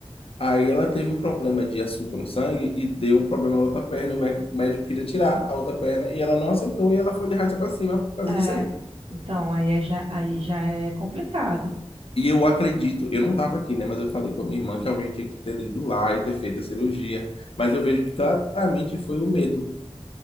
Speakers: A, on the left (about 60°); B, on the right (about 65°).
A: Aí ela teve um problema de açúcar no sangue e deu um problema na outra perna, e o mé- médico queria tirar a outra perna e ela não aceitou e ela foi de arrasta para cima por causa
B: é,
A: disso aí.
B: então, aí é já, aí já é complicado.
A: E eu acredito, eu não estava aqui, né, mas eu falei com a minha irmã que alguém tinha que ter ido lá e ter feito a cirurgia, mas eu vejo que claramente foi o medo.